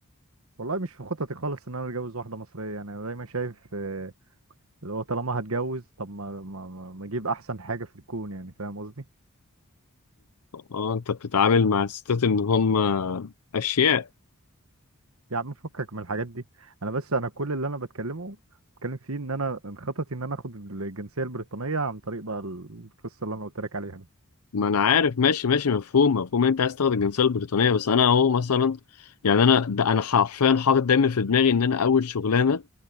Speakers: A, on the right; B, on the left.
A: والله مش في خططي خالص ان انا اتجوز واحدة مصرية يعني انا دايما شايف اه، اللي هو طالما هتجوز طب ما ما ما ما اجيب احسن حاجة في الكون يعني فاهم قصدي
B: اه انت بتتعامل مع الستات ان هم اشياء
A: يا عم فكك من الحاجات دي انا بس انا كل اللي انا بتكلمه بتكلم فيه ان انا ان خططي ان انا اخد الجنسية البريطانية عن طريق بقى القصة اللي انا قلت لك عليها دي
B: ما انا عارف ماشي ماشي مفهوم مفهوم انت عايز تاخد الجنسيه البريطانيه بس انا اهو مثلا يعني انا ده انا حرفيا حاطط دايما في دماغي ان انا اول شغلانه